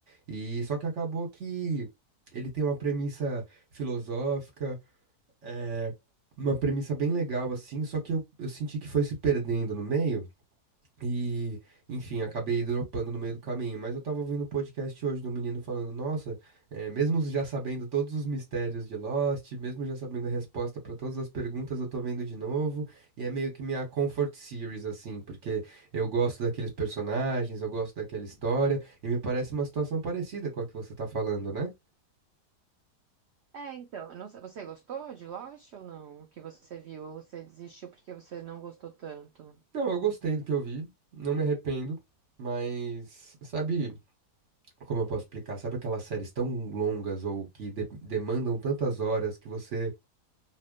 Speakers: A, on the right (about 50°); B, on the right (about 80°).
A: E só que acabou que ele tem uma premissa filosófica, é, uma premissa bem legal, assim, só que eu, eu senti que foi se perdendo no meio, e, enfim, acabei dropando no meio do caminho. Mas eu tava ouvindo um podcast hoje do menino falando: Nossa, eh, mesmo já sabendo todos os mistérios de Lost, mesmo já sabendo a resposta pra todas as perguntas, eu tô vendo de novo. E é meio que minha comfort series, assim, porque eu gosto daqueles personagens, eu gosto daquela história. E me parece uma situação parecida com a que você tá falando, né?
B: É, então, eu não sei- você gostou de Lost ou não? O que você viu? Ou você desistiu porque você não gostou tanto?
A: Não, eu gostei do que eu vi, não me arrependo. Mas, sabe. Como eu posso explicar? Sabe aquelas séries tão longas ou que de- demandam tantas horas que você